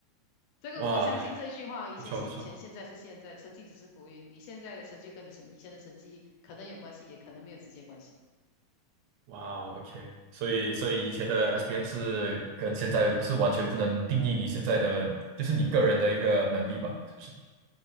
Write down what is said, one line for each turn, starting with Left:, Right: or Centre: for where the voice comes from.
Left: 这个我相信这句话，
Right: 哇，
Left: 以前是以前，
Right: 不错不错，
Left: 现在是现在，成绩只是浮云。你现在的成就跟你成以前的成绩可能有关系，也可能没有直接关系。
Right: 哇哦，OK，所以所以以前的 s b n 是跟现在是完全不能定义你现在的，就是你个人的一个能力吧，是不是？